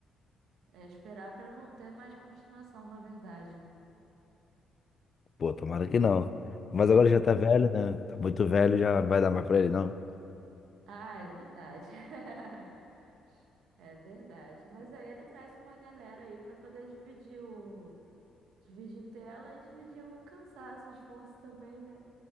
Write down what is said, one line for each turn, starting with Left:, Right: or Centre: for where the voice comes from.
Right: É esperar pra não ter mais continuação, na verdade, né?
Left: Pô, tomara que não. Mas agora já tá velho, né? Tá muito velho, já não vai dar mais pra ele, não.
Right: Ah, é verdade. <laughs> É verdade. Mas aí ele traz uma galera aí pra poder dividir o dividir tela e dividir o cansaço, o esforço também, né?